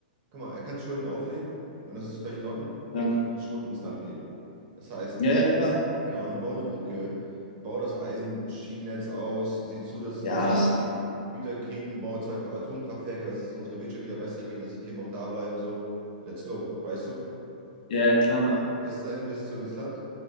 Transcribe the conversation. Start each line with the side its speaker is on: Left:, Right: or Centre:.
Right: guck mal, er kann Schulden aufnehmen und das ist völlig in Ordnung.
Left: Ja.
Right: Solange die Schulden ins Land gehen. Das heißt,
Left: Ja,
Right: Infra
Left: ja, klar.
Right: keine Ahnung, bau eine Brücke, bau das Eisenschienennetz aus, sieh zu, dass
Left: Ja,
Right: wir mehr Güter kriegen, bau zwei Atomkraftwerke, dass es unserer Wirtschaft wieder besser geht, dass die Firmen auch da bleiben, so. Let's go, weißt du?
Left: ja, klar.
Right: Ja. Es ist eine Investition ins Land.